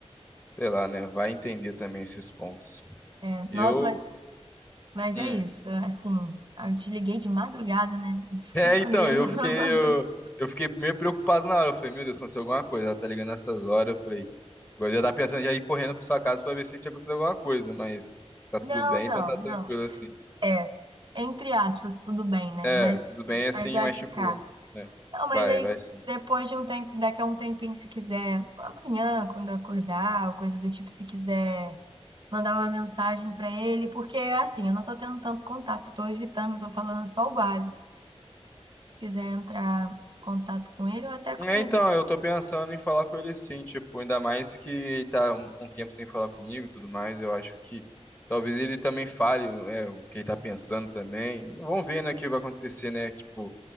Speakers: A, on the left (about 20°); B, on the right (about 45°).
A: sei lá, né? Vai entender também esses pontos.
B: é. Nossa,
A: Eu,
B: mas Mas
A: hum,
B: é isso, assim, eu te liguei de madrugada, né? Desculpa
A: É, então,
B: mesmo.
A: eu
B: <laughs>
A: fiquei, eu, eu fiquei meio preocupado na hora. Eu falei, meu Deus, aconteceu alguma coisa. Ela tá ligando nessas horas. Eu falei, eu já tá pensando já ir correndo pra sua casa pra ver se tinha acontecido alguma coisa, mas tá tudo
B: Não,
A: bem,
B: não,
A: então tá
B: não.
A: tranquilo assim.
B: É, entre aspas, tudo bem, né?
A: É,
B: Mas,
A: tudo bem assim,
B: mas vai
A: mas
B: ficar.
A: tipo, é,
B: Não, mas
A: vai,
B: é
A: vai
B: isso.
A: sim.
B: Depois de um tempo, daqui a um tempinho, se quiser, amanhã, quando eu acordar, ou coisa do tipo, se quiser mandar uma mensagem pra ele, porque assim, eu não tô tendo tanto contato, tô evitando, tô falando só o básico. Se quiser entrar em contato com ele ou até comigo.
A: É, então, eu tô pensando em falar com ele sim, tipo, ainda mais que ele tá um um tempo sem falar comigo e tudo mais, eu acho que talvez ele também fale, é, o que ele tá pensando também. Vamos ver, né, o que vai acontecer, né, tipo.